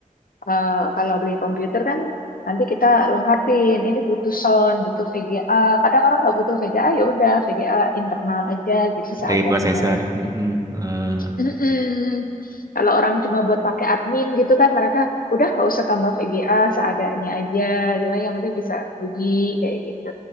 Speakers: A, on the left; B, on the right.
A: eh, kalau beli komputer kan nanti kita lengkapin, ini butuh sound, butuh VGA. Kadang orang nggak butuh VGA ya udah VGA internal aja gitu seadanya.
B: Dari prosesor. Hmm. Eh,
A: Mm-mm. Kalau orang cuma buat pakai admin gitu kan mereka udah nggak usah tambah VGA seadanya aja, cuma yang penting bisa bunyi kayak gitu.